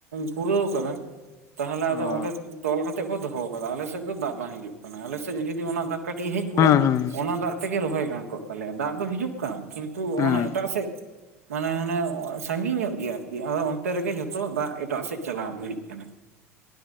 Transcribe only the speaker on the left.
ᱚ
ᱦᱮᱸ ᱦᱮᱸ
ᱦᱮᱸ